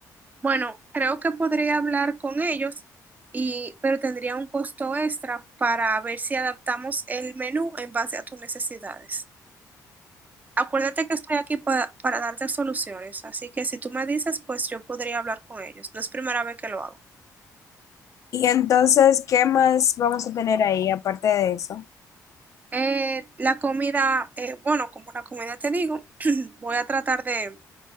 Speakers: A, on the right (about 25°); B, on the left (about 55°).
A: Bueno, creo que podría hablar con ellos y, pero tendría un costo extra para ver si adaptamos el menú en base a tus necesidades. Acuérdate que estoy aquí pa- para darte soluciones, así que si tú me dices, pues yo podría hablar con ellos. No es primera vez que lo hago.
B: Y entonces, ¿qué más vamos a tener ahí aparte de eso?
A: Eh, la comida, eh, bueno, como la comida te digo, <clears throat> voy a tratar de